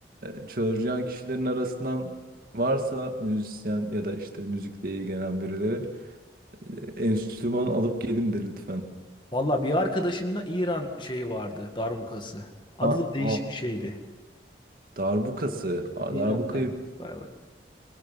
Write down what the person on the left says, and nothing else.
Valla bir arkadaşımda İran şeyi vardı, darbukası. Adı
da değişik
bir şeydi.
İran
darbukası vardı.